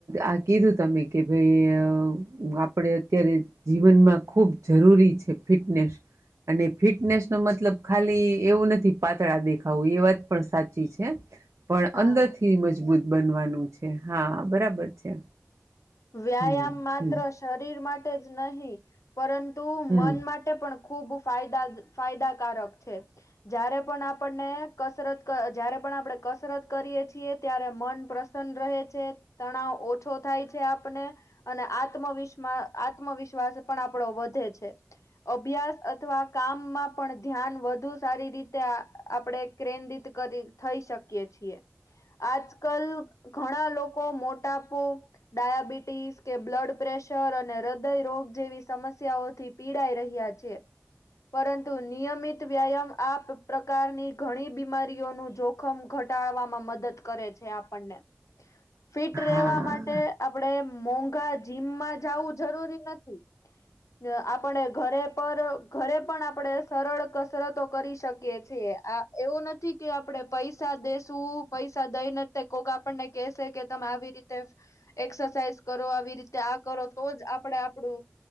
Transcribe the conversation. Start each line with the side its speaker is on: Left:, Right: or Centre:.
Right: આ કીધું તમે કે ભાઈ અ આપણે અત્યારે જીવનમાં ખૂબ જરૂરી છે ફિટનેસ અને ફિટનેસ નો મતલબ ખાલી એવું નથી પાતળા દેખાવું એ વાત પણ સાચી છે પણ
Left: હા
Right: અંદર થી મજબૂત બનવાનું છે હા બરાબર છે.
Left: વ્યાયામ
Right: હમ.
Left: માત્ર
Right: હમ
Left: શરીર માટે જ નહી પરંતુ
Right: હમ
Left: મન માટે પણ ખૂબ ફાયદા જ ફાયદાકારક છે જયારે પણ આપણને કસરત ક જયારે પણ આપડે કસરત કરીએ છીએ ત્યારે મન પ્રસન્ન રહે છે તણાવ ઓછો થાય છે. આપને અને આત્મવીશમાં આત્મવિશ્વાસ પણ આપણો વધે છે. અભ્યા અભ્યાસ અથવા કામમાં પણ ધ્યાન વધુ સારી રીતે આપણે ક્રેન્દિત કરી થઈ શકીએ છીએ આજ કલ ઘણા લોકો મોટાપો ડાયાબિટીસ કે બ્લડ પ્રેશર અને હૃદય રોગ જેવી સમસ્યાઓથી પીડાાય રહ્યા છે. પરંતુ નિયમિત વ્યાયામ આ પ્રકારની ઘણી બીમારીઓનું જોખમ ઘ ઘટાવામાં મદદ કરે છે આપણને ફિટ રેહવા
Right: હા
Left: માટે, આપણે મોંઘા જીમમાં જાવું જરૂરી નથી. અ આપણે ઘરે પર ઘરે પણ આપડે સરળ કસરતો કરી શકીએ છીએ. આ એવું નથી કે આપડે પૈસા દેશું પૈસા દઈને તે કોક આપણને કેહસે કે ત- માં આવી રીતે. એક્સસાઇઝ કરો આવી રીતે આ કરો તો જ આપડે આપડું